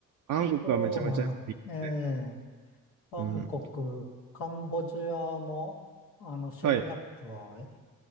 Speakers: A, on the right; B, on the left.
A: バンコクはめちゃめちゃいいですね。
B: あと、あええ、バンコク、
A: うん。
B: カンボジアも、あの、シェムリアップは
A: はい。